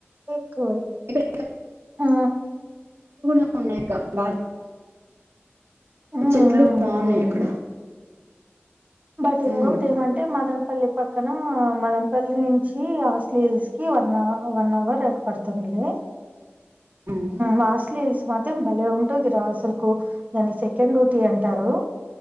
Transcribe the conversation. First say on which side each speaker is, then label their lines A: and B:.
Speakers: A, on the right; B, on the right.
A: ఎక్కువ
B: ఇక్కడ
A: ఆ
B: ఉ బ
A: హ్మ్.
B: చెట్లు
A: హ్మ్.
B: బాగున్నాయి
A: అవును
B: అక్కడ
A: బట్
B: ఉమ్
A: ఇంట్ ఏమంటే మదనపల్లి పక్క అక్కన మదంపల్లి నుంచి హాస్లీహల్స్ కి వన్వ వన్ అవర్ ఏర్పడుతుందిలే
B: ఉమ్
A: వాస్ ల్స్ మాత్రం భలే ఉంటుంది రా అసలుకు దాని సెకండ్ డ్యూటీ అంటారు